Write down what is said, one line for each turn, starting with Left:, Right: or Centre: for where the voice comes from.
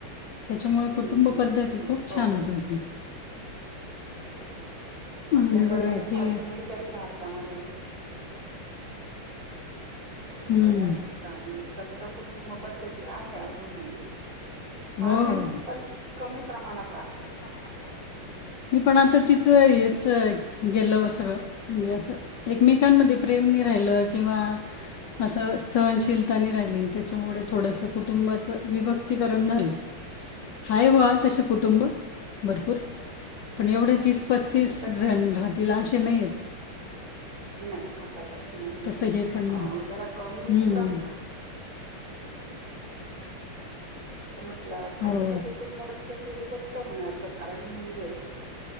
Left: त्याच्यामुळे कुटुंब
Right: हं, हं,
Left: पद्धती
Right: हं.
Left: खूप
Right: हो
Left: छान होते आपली.
Right: खूप छान
Left: म्हणून
Right: आपल्याकडे
Left: हे बघा की
Right: अजूनही तरी भारतामध्ये
Left: हम्म,
Right: बऱ्याच ठिकाणी एकत्र कुटुंब पद्धती आहे अजूनही. फार
Left: हो
Right: नाही पण कमी प्रमाणात आहे.
Left: <unintelligible> मी पण आता तिच हेच गेल सगळं म्हणजे असं एकमेकांमध्ये. प्रेमनी राहिलं किंवा. असं सहनशीलतानी राहिली त्याच्यामुळे थोडसं कुटुंबाचं विभक्तीकरण झालं. हाय वा तसें कुटुंब भरपूर. पण एवढे तीस पस्तीस
Right: आता तश
Left: जण राहतील असे नाही आहेत.
Right: नाही आता तशी नाही
Left: तसं
Right: आहेत
Left: हे पण नाही
Right: जरा कमी
Left: हम्म.
Right: प्रमान. म्हटल्यावर काय
Left: हो
Right: चांगलं कुटुंब. तर ते विभक्त होण्याचं कारण म्हणजे.